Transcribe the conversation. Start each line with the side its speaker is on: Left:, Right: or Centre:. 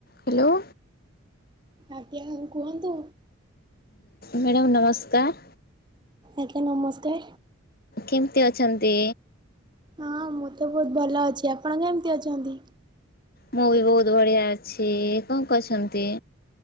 Left: Hello.
Right: ଆଜ୍ଞା କୁହନ୍ତୁ।
Left: Madam ନମସ୍କାର।
Right: ଆଜ୍ଞା ନମସ୍ତେ।
Left: କେମିତି ଅଛନ୍ତି?
Right: ହଁ ମୁଁ ତ ବହୁତ ଭଲ ଅଛି ଆପଣ କେମିତି ଅଛନ୍ତି।
Left: ମୁଁ ବି ବହୁତ ବଢିଆ ଅଛି କଣ କରଛନ୍ତି?